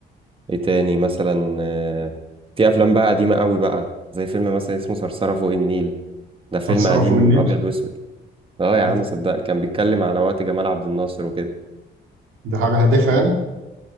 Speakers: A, on the right (about 25°); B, on the right (about 85°).
A: إيه تاني مثلا آه، في أفلام بقى قديمة قوي بقى زي فيلم مثلا اسمه صرصرة فوق النيل ده فيلم
B: ثرثرة
A: قديم
B: فوق النيل
A: ابيض واسود اه يا عم
B: إيه دي
A: صدقني كان بيتكلم على وقت جمال عبد الناصر وكده
B: دي حاجة هادفة يعني